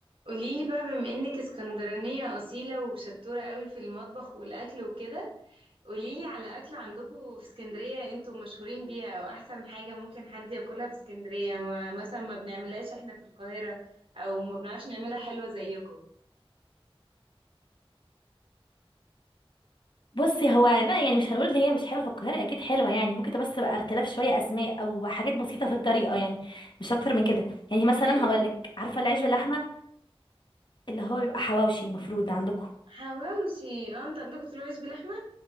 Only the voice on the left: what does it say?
بصي هو انا يعني مش هنقول ان هي مش حلوه في القاهره اكيد حلوه يعني ممكن تبقى بس بقى اختلاف شويه اسماء او حاجات بسيطه في الطريقه يعني مش اكتر من كده يعني مثلا
هقول لك عارفه العيش باللحمه اللي هو بيبقى حواوشي مفروض عندكم